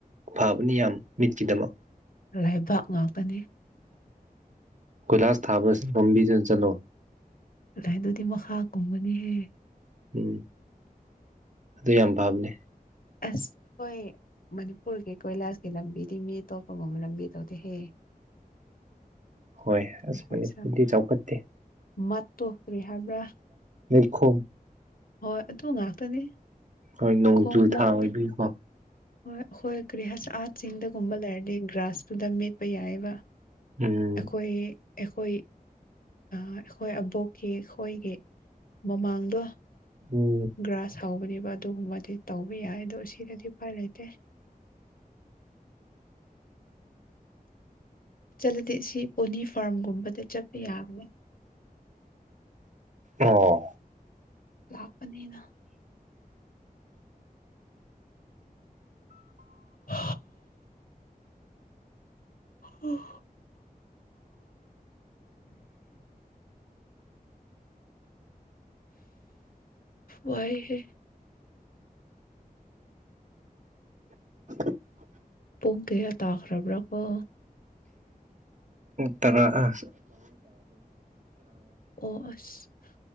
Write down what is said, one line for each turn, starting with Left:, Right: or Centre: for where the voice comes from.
Right: ꯐꯥꯕꯅꯤ ꯌꯥꯝ ꯃꯤꯠꯀꯤꯗꯃꯛ
Left: ꯂꯩꯕꯥꯛ ꯉꯥꯛꯇꯅꯤ
Right: ꯀꯒꯣꯏꯂꯥꯁ ꯊꯥꯕ ꯂꯝꯝꯕꯤꯗꯨꯅ ꯆꯠꯂꯣ
Left: ꯑꯗꯨꯥꯏ ꯑꯗꯨꯗꯤ ꯃꯈꯥ ꯀꯨꯝꯒꯅꯤꯍꯦ
Right: ꯎꯝ ꯑꯗꯨ ꯌꯥꯝ ꯐꯥꯕꯅꯦ
Left: ꯑꯁ ꯑꯩꯈꯣꯏ ꯃꯅꯤꯄꯨꯔꯒꯤ ꯀꯣꯏꯂꯥꯁꯀꯤ ꯂꯝꯕꯤꯗꯤ ꯃꯤ ꯑꯇꯣꯞꯄꯒꯨꯝꯕ ꯂꯝꯕꯤ ꯇꯧꯗꯤꯍꯦ <unintelligible>
Right: ꯍꯣꯏ
Left: ꯀꯔꯤ
Right: ꯑꯁ
Left: ꯍꯥꯏꯁ
Right: ꯃꯅꯤꯄꯨꯔꯗꯤ ꯆꯥꯎꯈꯠꯇꯦ
Left: ꯃꯣ ꯀꯔꯤ ꯍꯥꯏꯕ꯭ꯔꯥ
Right: ꯂꯈꯣ
Left: ꯍꯣꯏ ꯑꯗꯨ ꯉꯥꯛꯇꯅꯤ
Right: ꯍꯣꯏ ꯅꯣꯡꯖꯨ
Left: ꯈꯣꯡ ꯃꯣꯠ
Right: ꯊꯥ ꯑꯣꯏꯗꯣꯏꯏꯀꯣ
Left: ꯍꯣꯏ ꯍꯈꯣꯏ ꯀꯔꯤꯍꯁ ꯑꯥꯔꯠꯁꯤꯡꯤꯡꯗꯒꯨꯝꯕ ꯂꯩꯔꯗꯤ ꯒ꯭ꯔꯥꯁꯇꯨꯗ ꯃꯦꯠꯄ ꯌꯥꯏꯑꯕ ꯑꯩꯈꯣꯏ
Right: ꯎꯝ
Left: ꯑꯩꯈꯣꯏ ꯑꯩꯈꯣꯏ ꯑꯕꯣꯛꯀꯤ ꯑꯩꯈꯣꯏꯒꯤ ꯃꯃꯥꯡꯗ
Right: ꯎꯝ
Left: ꯒ꯭ꯔꯥꯁ ꯍꯧꯕꯅꯦꯕ ꯑꯗꯨꯒꯨꯝꯕꯗꯤ ꯇꯧꯕ ꯌꯥꯏ ꯑꯗꯣ ꯁꯤꯗꯗꯤ ꯎꯄꯥꯏ ꯂꯩꯇꯦ <unintelligible> ꯆꯠꯂꯗꯤ ꯁꯤ ꯄꯣꯅꯤ ꯐꯥꯔꯝꯒꯨꯝꯕꯗ ꯆꯠꯄ ꯌꯥꯕꯅꯤ
Right: ꯑꯣ
Left: ꯂꯄꯅꯦꯅ ꯎꯝ ꯎ ꯋꯥꯏ ꯍ
Right: <unintelligible>
Left: ꯄꯨꯣꯛꯒꯦ ꯑ ꯇꯈ꯭ꯔꯕ꯭ꯔꯔꯕꯣ
Right: ꯇꯔꯥꯗ
Left: ꯑꯣꯁ